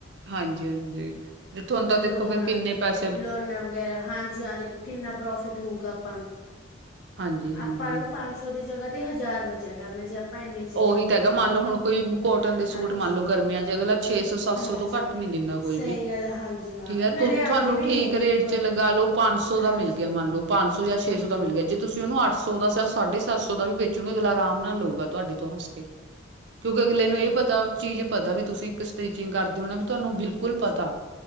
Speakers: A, on the right (about 60°); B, on the left (about 85°).
A: ਹਾਂਜੀ-ਹਾਂਜੀ, ਤੁਹਾਨੂੰ ਤਾਂ ਦੇਖੋ
B: ਲੋਨ
A: ਫੇਰ ਕਿੰਨੇ ਪੈਸ
B: ਲੋਨਾਂ ਵਗੈਰਾ। ਹਾਂਜੀ ਹਾਂ, ਦੇਖੋ ਕਿੰਨਾ ਪ੍ਰੋਫਿਟ ਹੋਊਗਾ ਆਪਾਂ ਨੂੰ।
A: ਹਾਂਜੀ-ਹਾਂਜੀ
B: ਆਪਾਂ ਨੂੰ ਪੰਜ ਸੌ ਦੀ ਜਗ੍ਹਾ ਤੇ ਹਜ਼ਾਰ ਬਚਿਆ ਕਰਨਾ ਜੇ ਇੰਨੀਆਂ ਚੀਜ਼ਾਂ
A: ਉਹੀ
B: ਖੋਲ੍ਹ
A: ਤਾਂ ਹੈਗਾ
B: ਲਈਆਂ
A: ਮੰਨ
B: ਦੇਖੋ
A: ਲਓ ਹੁਣ ਕੋਈ ਕੋਟਨ ਦੇ ਸੂਟ
B: ਹਾਂਜੀ
A: ਮੰਨ ਲਓ ਗਰਮੀਆਂ ਚ ਅਗਲਾ ਛੇ ਸੌ ਸੱਤ
B: ਹਾਂਜੀ
A: ਸੌ ਤੋਂ ਘੱਟ ਨੀ ਦਿੰਦਾ
B: ਸਹੀ
A: ਕੋਈ
B: ਗੱਲ ਹੈ ਹਾਂਜੀ ਹਾਂ
A: ਠੀਕ ਹੈ
B: ਨਾਲੇ
A: ਤੁਹਾਨੂੰ
B: ਆਉਂਦੇ ਵੀ
A: ਠੀਕ
B: ਨਹੀਂ ਹੈਗੇ ਇਦੂ
A: ਰੇਟ
B: ਘੱਟ
A: ਚ ਲਗਾ
B: ਤਾਂ
A: ਲੋ ਪੰਜ ਸੌ ਦਾ
B: ਹਾਂਜੀ
A: ਮਿਲ ਗਿਆ ਮੰਨ ਲਓ ਪੰਜ ਸੌ ਜੇ ਛੇ
B: ਹਾਂਜੀ
A: ਸੌ ਦਾ ਮਿਲ
B: ਆਪਾਂ
A: ਗਿਆ ਜੇ ਤੁ ਸੀਂ ਉਹਨੂੰ ਅਠ ਸੌ ਦਾ ਸਾਢੇ ਸੱਤ ਸੌ ਦਾ ਵੀ ਵੇਚੂਗੇ ਅਗਲਾ ਆਰਾਮ ਨਾਲ ਲਉਂਗਾ ਤੁਹਾਡੇ ਤੋਂ ਹੱਸ ਕੇ ਕਿਉਂਕਿ
B: ਸਹੀ
A: ਅਗਲੇ
B: ਗੱਲ
A: ਨੂੰ ਇਹ
B: ਹੈ
A: ਪਤਾ ਚੀਜ਼ ਪਤਾ ਵੀ ਤੁਸੀਂ ਇੱਕ ਸਟਿਚਿੰਗ ਕਰਦੇ ਹੋ ਨਾ ਵੀ ਤੁਹਾਨੂੰ ਬਿਲਕੁਲ ਪਤਾ